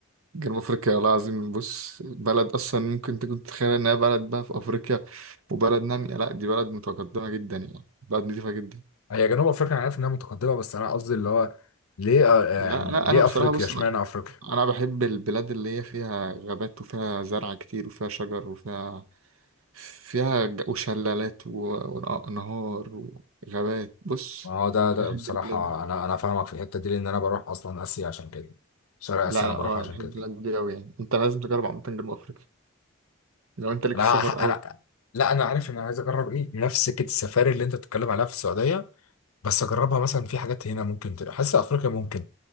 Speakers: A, on the right; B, on the left.
A: جنوب افريقيا والله العظيم بص بلد اصلا ممكن تكون تتخيل انها بلد بقى في افريقيا وبلد نامية لا دي بلد متقدمة جدا يعني بلد نظيفة جدا
B: هي جنوب افريقيا انا عارف انها متقدمه بس انا قصدي اللي هو ليه آه،
A: لا
B: يعني
A: لا
B: ليه
A: انا بصراحة
B: افريقيا
A: بص
B: اشمعنى
A: انا
B: افريقيا
A: أنا بحب البلاد اللي هي فيها غابات وفيها زرع كتير وفيها شجر وفيها فيها ج- وشلالات و- ونهار وغابات بص
B: اه ده ده
A: أنا
B: بصراحة
A: بحب البلاد دي
B: أنا أنا فاهمك في الحتة دي لأن أنا بروح أصلا آسيا عشان كده شرق
A: لا
B: آسيا أنا
A: لا
B: بروح
A: اه
B: عشان
A: انا بحب
B: كده
A: البلاد دي قوي يعني انت لازم تجرب عامة جنوب افريقيا لو انت ليك
B: انا
A: في السفر
B: ه-
A: قوي
B: انا لا انا عارف ان انا عايز اجرب ايه نفس سكه السفاري اللي انت بتتكلم عليها في السعوديه بس اجربها مثلا في حاجات هنا ممكن ت- حاسس افريقيا ممكن